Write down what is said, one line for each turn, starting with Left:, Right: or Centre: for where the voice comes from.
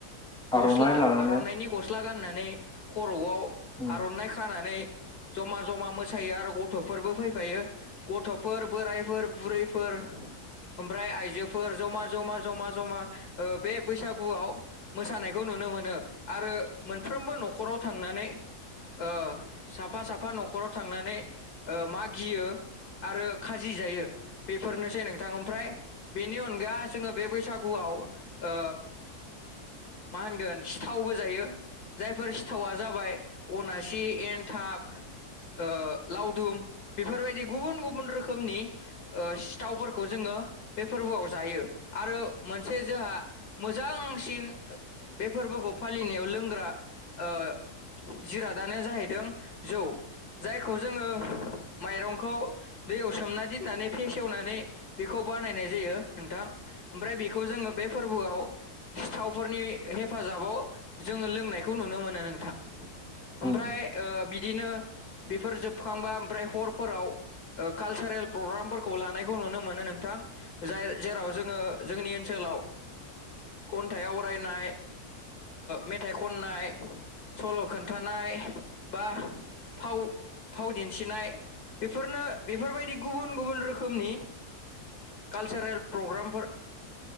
Left: गस्ला
Centre: आर'नाइ लानानै
Left: आर'नाइनि गस्ला गस्ला गाननानै र'आव
Centre: उम
Left: आर'नाय मानानै जमा जमा मोसायो आरो गथ'फोरबो फैफायो गथ'फोर बोराइफोर बुरैफोर ओमफ्राय आइजोफोर जमा जमा जमा जमा ओ बे बैसागुआव मोसानायखौ नुनो मोनो आरो मोनफ्रोमबो न'खराव थांनानै ओ साफा साफा न'खराव थांनानै ओ मा गियो आरो खाजि जायो बेफोरनोसै नोंथां ओमफ्राय बेनि अनगा जोङो बे बैसागुआव ओ मा होनगोन सिथावबो जायो जायफोर सिथावा जाबाय अना थि एन्थाब ओ लावदुम बेफोरबायदि गुबुन गुबुन रोखोमनि ओ सिथावफोरखौ जोङो बे फोरबोआव जायो आरो मोनसे जोंहा मोजांसिन बे फोरबोखौ फालिनायाव लोंग्रा ओ जिराद दानो जाहैदों जौ जायखौ जोङो माइरंखौ दैयाव सोमना दोननानै फेसेवनानै बेखौ बानायनाय जायो नोंथां ओमफ्राय बेखौ जोङो बे फोरबोआव सिथाव फोरनि हेफाजाबाव जोङो लोंनायखौ नुनो मोनो नोंथां। ओमफ्राय
Centre: उम
Left: बिदिनो बेफोर जोबखांबा ओमफ्राय हरफोराव कालसारेल प्रग्रामफोरखौ लानायखौ नुनो मोनो नोंथां जाय जेराव जोङो जोंनि ओनसोलाव खन्थाइ आवरायनाय मेथाइ खननाय सल' खनन्थाइ फाव दिन्थिनायफोरनो बेफोरबायदि गुबुन गुबुन रोखोमनि कालसारेलपग्राम मा